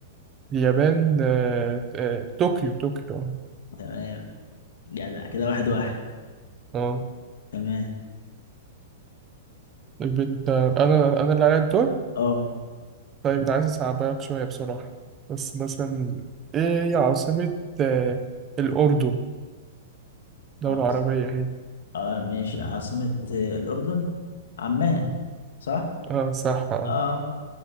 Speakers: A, on the right (about 25°); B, on the left (about 85°).
A: اليابان آه، آه، طوكيو طوكيو
B: تمام جدع كده واحد واحد
A: اه
B: تمام
A: طيب أنت أنا أنا اللي عليا الدور
B: اه
A: طيب أنا عايز أصعبك شوية بصراحة بس مثلا إيه هي عاصمة آه، الأردن؟ دولة
B: عاص-
A: عربية هي
B: اه ماشي عاصمة إيه، الأردن عمان
A: مم.
B: صح
A: اه صح اه
B: اه